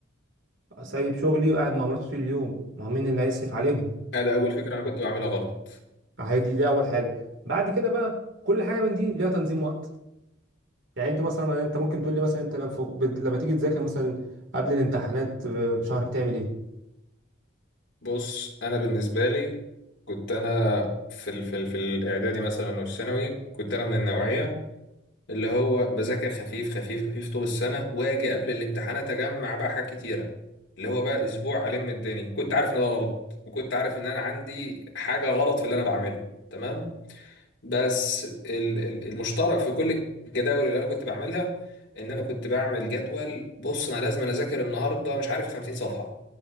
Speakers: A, on the right; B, on the left.
A: سايب شغلي وقاعد مع مراتي طول اليوم ما هو مين اللي هيصرف عليهم
B: هذا اول فكرة انا كنت بعملها غلط
A: عادي دي اول حاجه بعد كده بقى كل حاجه من دي ليها تنظيم وقت يعني انت مثلا يعني انت ممكن تقول لي مثلا انت لما بت- لما تيجي تذاكر مثلا قبل الامتحانات بشهر بتعمل ايه
B: بص انا بالنسبة لي كنت انا في ال في ال في الاعدادي مثلا والثانوي كنت انا من النوعية اللي هو بذاكر خفيف خفيف خفيف طول السنة واجي قبل الامتحانات اجمع بقى حاجات كتيرة اللي هو بقى اسبوع الم الدنيا كنت عارف ان ده غلط وكنت عارف ان انا عندي حاجة غلط في اللي انا بعمله تمام بس ال- ال- المشترك في كل الجداول اللي انا كنت بعملها ان انا كنت بعمل جدول بص انا لازم أنا اذاكر النهارده مش عارف 50 صفحة